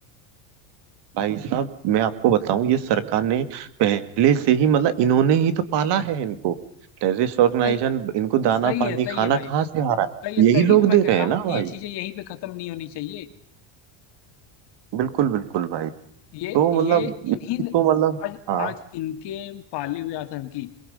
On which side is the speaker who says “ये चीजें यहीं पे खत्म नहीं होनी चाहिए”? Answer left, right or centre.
Left